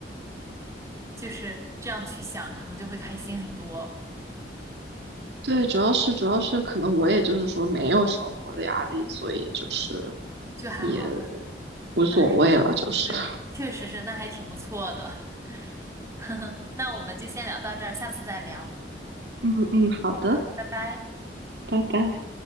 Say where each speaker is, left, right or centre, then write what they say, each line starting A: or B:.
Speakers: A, on the right (about 15°); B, on the right (about 70°).
A: 就是这样去想，可能就会开心很多，
B: 对，主要是主要是可能我也就是说没有生活的压力，所以就是
A: 就还好呢，
B: 也无所谓了，
A: 那还挺，
B: 就是
A: 对，
B: <laughs>
A: 确实是，那还挺不错的，<laughs> 呵呵，那我们就先聊到这儿，下次再聊，
B: 嗯嗯，好的，
A: 好的，拜拜。
B: 拜拜。